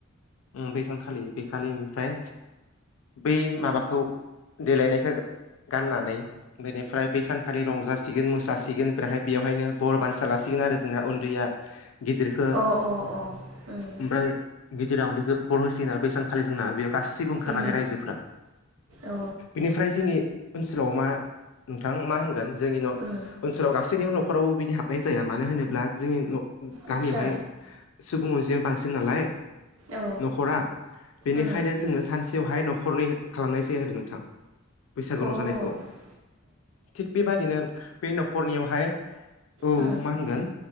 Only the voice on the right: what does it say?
औ अ अ उम
उम
अ
उम
आदसा
अ
अ
औ
उम